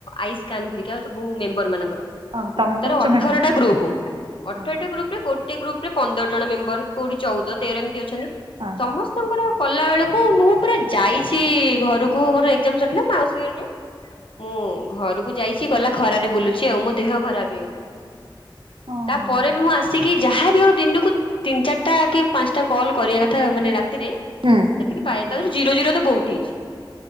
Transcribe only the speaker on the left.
ଆଇସ୍କାନ ଖରିକା ସବୁ ମେମ୍ବର ମାନଙ୍କର।
ତାର ଅଠରଟା
ଗ୍ରୁପ।
ଗୋଟେ ଗୋଟେ ଗ୍ରୁପ ରେ ଗୋଟେ ଗ୍ରୁପ ରେ ପନ୍ଦର ଜଣ ମେମ୍ବର କୋଉଠି ଚଉଦ ତେର ଏମିତି ଅଛନ୍ତି।
ସମସ୍ତଙ୍କର କଲା ବେଳକୁ ମୁଁ ପୁରା ଯାଇଚି ଘରକୁ ମୋର ଏକ୍ଜାମ ସରିଥିଲା ମାଉସୀ ଘରେ ରୁଏ। ମୁଁ ଘରକୁ ଯାଇଚି ଗଲା ଖରାରେ ବୁଲୁଚି ଆଉ ମୋ ଦେହ ଖରାପ ହେଇଗଲାଣି।
ପରେ ବି ମୁଁ ଆସିି ସିକି ଯାହାବ ଆଉ ଦିନକୁ ତିନି ଚାରିଟା କି ପାଞ୍ଚଟା କଲ କରିବା କଥା ମାନେ ରାତିରେ
ସେତିକି ପାଏ ତାରେ ଜିରୋ ଜିର ତ ବହୁତ ହେଇଚି।